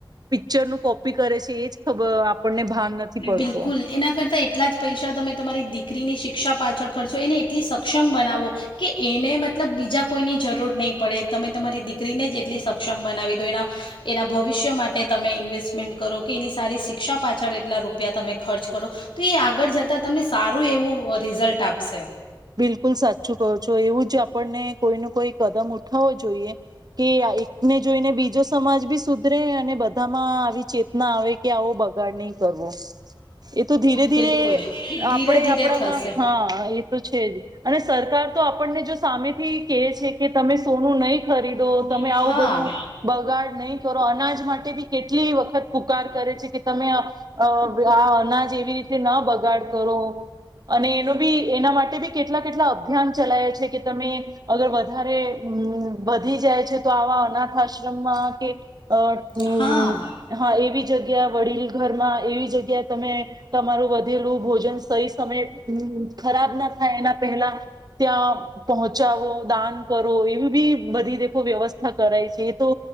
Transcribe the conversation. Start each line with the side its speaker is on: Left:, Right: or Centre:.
Right: પિક્ચરનું કોપી કરે છે એ જ ખબર આપણને ભાન નથી પડતો
Left: બિલકુલ. એના કરતા એટલાં જ પૈસા તમે તમારી દિકરીની શિક ક્ષા પાછળ ખર્ચો એને એટલી સક્ષમ બનાવો, કે એને મતલબ બીજા કોઈની જરૂર નહીં પડે. તમે તમારી દી કરીને જ એટલી સક્ષમ બનાવી દો, એના એના ભવિષ્ય માટે તમે ઇન્વેસ્ટમેન્ટ કરો, કે એની સારી શિક્ષા પાછળ એટલા રૂપિયા તમે ખર્ચ કરો, તો એ આગળ જતા તમને સારું એવું રિઝલ્ટ આપશે.
Right: બિલકુલ સાચું કહો છો. એવું જ આપણને કોઈને કોઈ કદમ ઉઠાવો જોઈએ. કે આ એકને જોઈને બીજો સમાજ બી સુધરે, અને બધામાં આવી ચેતના આવે કે આવો બગાડ નહી કરવો. એ તો ધીરે ધીરે
Left: બિલકુલ ધીરે
Right: આપણે
Left: ધીરે
Right: આપણામાં
Left: થશે
Right: હા એ તો છે જ, અને સરકાર તો આપણને જો સામેથી કહે છે કે તમે સોનું નહીં ખરીદો, તમે
Left: હા.
Right: આવું બધું બગાડ નહીં કરો, અનાજ માટે બી કેટલી વખત પુકાર કરે છે, કે તમે અહ આ અનાજ એવી રીતે ન બગાડ કરો, અને એનો ભી એના માટે કેટલા કેટલા અભિયાન ચલાય છે કે તમે અગર વધારે અમ વધી જાય છે તો આવા અનાથ આશ્રમમાં કે અહ ઉમ
Left: હા.
Right: હા એવી જગ્યાએ વડીલ ઘરમાં એવી જગ્યા તમે તમારું વધેલું ભોજન સહી સમયે અમ ખરાબ ના ના થાય એના પહેલા ત્યાં પહોંચાવો, દાન કરો એવું બી બ વ્યવસ્થા કરાય છે એ તો